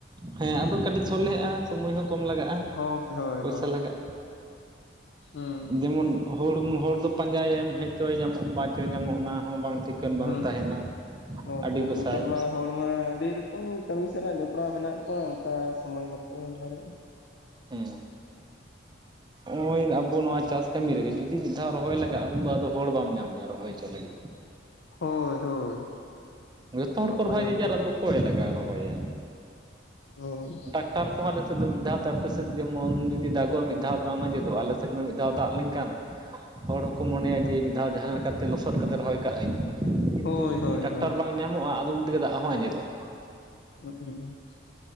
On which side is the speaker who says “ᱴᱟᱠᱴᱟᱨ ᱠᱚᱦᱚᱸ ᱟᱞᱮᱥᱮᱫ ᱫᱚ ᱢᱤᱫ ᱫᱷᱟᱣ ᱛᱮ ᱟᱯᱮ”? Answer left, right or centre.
Right